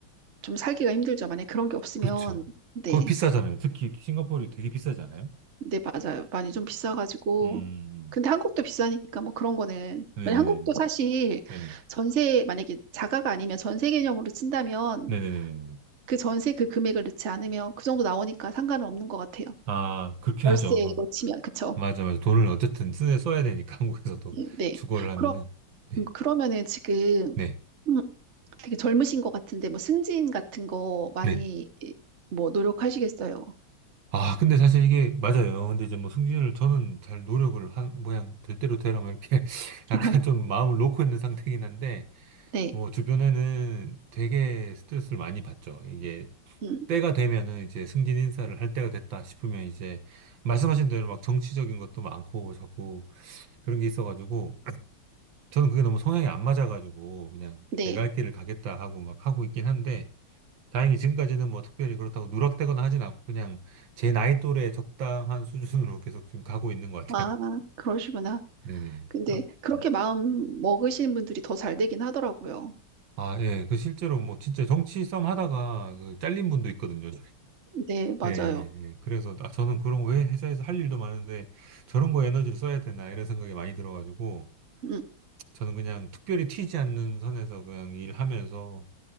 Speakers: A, on the right; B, on the right.
A: 좀 살기가 힘들죠. 만약에 그런 게 없으면
B: 그렇죠.
A: 네.
B: 거기 비싸잖아요. 특히 싱가포르 되게 비싸잖아요.
A: 네, 맞아요. 많이 좀 비싸가지고.
B: 음,
A: 근데 한국도 비싸니까 뭐 그런 거는.
B: 네네네네.
A: 만약 한국도 사실
B: 네네.
A: 전세, 만약에 자가가 아니면 전세 개념으로 친다면
B: 네네네네.
A: 그 전세 그 금액을 넣지 않으면 그 정도 나오니까 상관은 없는 것 같아요.
B: 아, 그렇게
A: 월세로
B: 하죠. 그,
A: 치면, 그쵸?
B: 맞아, 맞아. 돈을 어쨌든 쓰, 써야 되니까 <laughs> 한국에서도
A: 음, 네.
B: 주거를 하면은.
A: 그럼,
B: 네,
A: 음, 그러면은 지금
B: 네,
A: <clears throat> 음, 되게 젊으신 것 같은데 뭐 승진 같은 거 많이
B: 네.
A: 이, 뭐 노력하시겠어요?
B: 아, 근데 사실 이게 맞아요. 근데 이제 뭐 승진을 저는 잘 노력을 한, 모양, 될 대로 되라 뭐 이렇게 <laughs> 약간
A: <laughs>
B: 좀 마음을 놓고 있는 <laughs> 상태긴 한데,
A: 네.
B: 뭐 주변에는 되게 스트레스를 많이 받죠. 이게
A: 음,
B: 때가 되면은 이제 승진 인사를 할 때가 됐다 싶으면 이제 말씀하신 대로 막 정치적인 것도 많고 자꾸 그런 게 있어가지고 저는 그게 너무 성향이 안 맞아가지고 그냥
A: 네.
B: 내가 할 길을 가겠다 하고 막 하고 있긴 한데 다행히 지금까지는 뭐 특별히 그렇다고 누락되거나 하진 않고 그냥 제 나이 또래 적당한 수준으로 계속 지금 가고 있는 것 같아요.
A: 아, 그러시구나.
B: 네네.
A: 근데
B: 아,
A: 그렇게
B: 음.
A: 마음 먹으시는 분들이 더 잘 되긴 하더라고요.
B: 아, 예. 그 실제로 뭐 진짜 정치 싸움 하다가 그 잘린 분도 있거든요.
A: 네, 맞아요.
B: 예, 예. 그래서 나- 저는 그런 거 왜 회사에서 할 일도 많은데 저런 거 에너지를 써야 되나 이런 생각이 많이 들어가지고
A: 음,
B: 저는 그냥 특별히 튀지 않는 선에서 그냥 일하면서